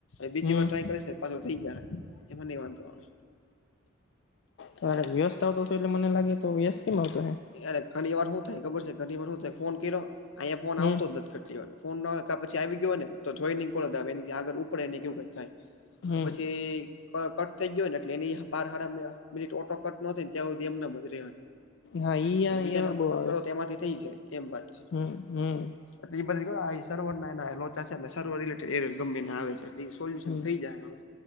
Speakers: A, on the left; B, on the left.
A: હ બીજી
B: હમ
A: વાર ટ્રાય કરીશ ને પાછો થઈ જાય એમાં નહી વાંધો આવે.
B: તમારે વ્યસ્ત આવતો હતો એટલે મને લાગે તો વ્યસ્ત કેમ આવતો હે
A: અરે ઘણી વાર શું થાય ખબર છે ઘણી વાર શું થાય ફોન કર્યો અહીંયા ફોન
B: હમ
A: આવતો જ નથી કેટલી વાર. ફોન ના હોય પછી આવી ગયો હોને તો જોઈ કો આવે આગડ ઉપડે નહીં એવું કઈક થાય.
B: હમ
A: એટલે પછી ક-કટ થઈ ગયો હો ને એટલે એની બાર હાર મિનિટ ઓટો કટ ન થી ત્યાં સુધી એમ ને એમ રહે.
B: હા ઈ એરર
A: એટલે બીજા નંબરમાંથી
B: બહુ આવે
A: કરો
B: છે
A: તો એમાંથી થઈ જાય એમ વાત.
B: હમ હમ
A: અટલી બધી કઉં આઈ એ સર્વરના ને એના લોચા છે એટલે સર્વર રિલેટેડ એરર ગમે એને આવે છે. એ સોલ્યુશન
B: હમ
A: થઈ જાએ હવે.